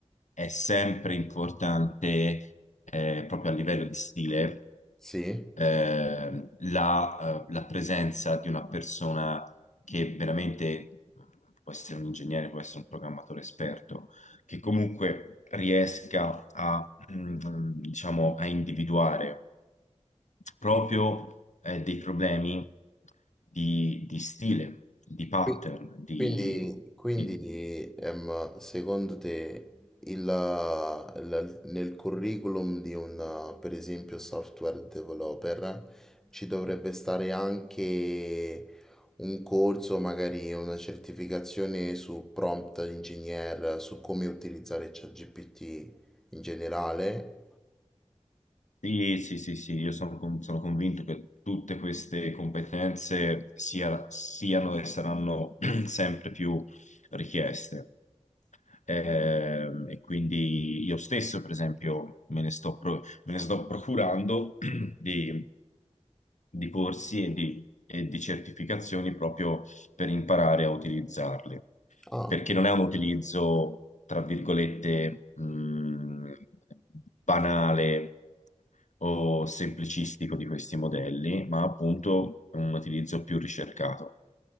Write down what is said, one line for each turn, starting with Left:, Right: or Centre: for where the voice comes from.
Left: è sempre importante, eh, proprio a livello di stile,
Centre: Sì?
Left: eh, la, eh, la presenza di una persona che veramente può essere un ingegnere, può essere un programmatore esperto, che comunque riesca a, mm, diciamo, a individuare proprio eh, dei problemi di, di stile, di pattern,
Centre: Qui-
Left: di...
Centre: Quindi, quindi,
Left: di-
Centre: ehm, secondo te il, il- nel curriculum di un, per esempio, software developer ci dovrebbe stare anche un corso, magari una certificazione su prompt engineer, su come utilizzare ChatGPT in generale?
Left: Sì, sì, sì, sì, io sono, con- sono convinto che tutte queste competenze sia- siano e saranno <clears throat> sempre più richieste. Ehm, e quindi io stesso, per esempio, me ne sto, pro- me ne sto procurando <clears throat> di, di corsi e di, e di certificazioni proprio per imparare a utilizzarli,
Centre: Ah.
Left: perché non è un utilizzo, tra virgolette, mh, banale o semplicistico di questi modelli, ma appunto un utilizzo più ricercato